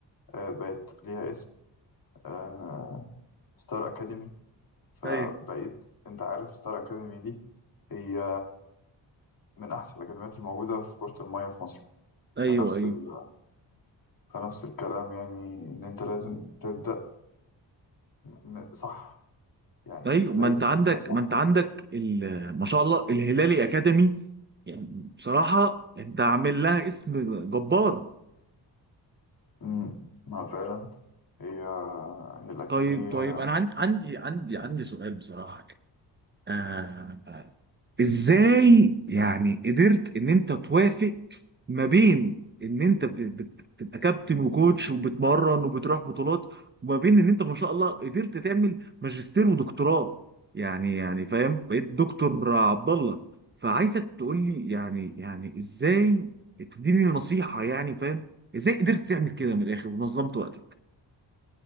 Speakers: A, on the left; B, on the right.
A: آه، بقت ليها اسم آه، ستار أكاديمي فبقيت
B: ايوه
A: أنت عارف ستار أكاديمي دي هي من أحسن الأكاديميات الموجودة في كرة المية في مصر
B: ايوه
A: فنفس
B: ايوه
A: ال... فنفس الكلام يعني ان انت لازم تبدأ م- صح يعني
B: ايوه
A: انت لازم
B: ما انت عندك
A: تبدأ صح
B: ما انت عندك ال- ما شاء الله الهلالي اكاديمي يعني بصراحه انت عامل لها اسم جبار
A: امم ما فعلا هي هي الأكاديمية
B: طيب طيب انا عن- عندي عندي عندي سؤال بصراحه آه ازاي يعني قدرت ان انت توافق ما بين ان انت بت- بت- بتبقى كابتن وكوتش وبتمرن وبتروح بطولات وما بين ان انت ما شاء الله قدرت تعمل ماجستير ودكتوراه يعني يعني فاهم بقيت دكتور عبد الله فعايزك تقول لي يعني يعني ازاي تديني نصيحة يعني فاهم ازاي قدرت تعمل كده من الاخر ونظمت وقتك